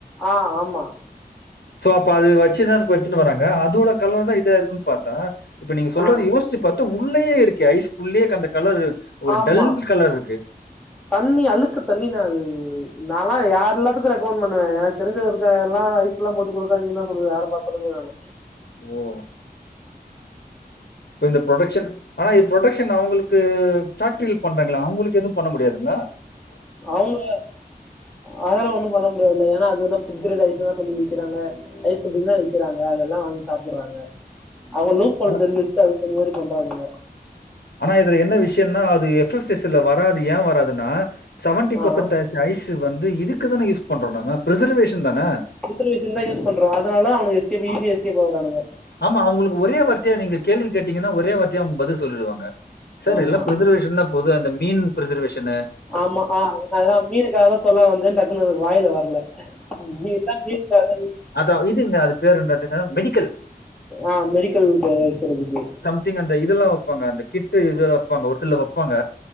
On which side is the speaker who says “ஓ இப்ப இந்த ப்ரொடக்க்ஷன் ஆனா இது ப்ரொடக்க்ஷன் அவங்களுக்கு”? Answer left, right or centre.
Left